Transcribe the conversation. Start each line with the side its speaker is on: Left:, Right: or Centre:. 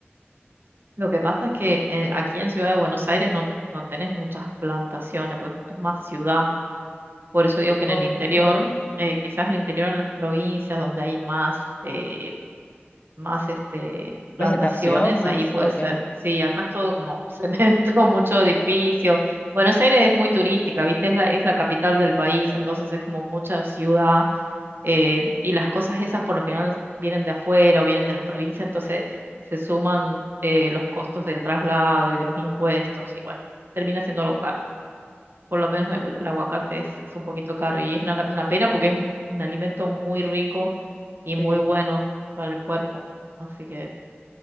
Right: Lo que pasa es que eh, aquí en Ciudad de Buenos Aires no, no tenés muchas plantaciones, pues es más ciudad. Por eso digo que en
Left: Ok.
Right: el interior, eh, quizás el interior en las provincias donde hay más, eh, más este, plantaciones,
Left: Vegetación más,
Right: ahí puede
Left: ok.
Right: ser. Sí, acá es todo como <laughs> cemento, mucho edificio. Buenos Aires es muy turística, ¿viste? Es la, es la capital del país, entonces es como mucha ciudad eh, y las cosas esas por lo general vienen de afuera o vienen de las provincias, entonces se suman eh, los costos del traslado y de los impuestos y bueno, termina siendo local por lo menos el, el aguacate es, es un poquito caro y es una, la- una pena porque es un un alimento muy rico y
Left: Sí.
Right: muy bueno para el cuerpo. Así que,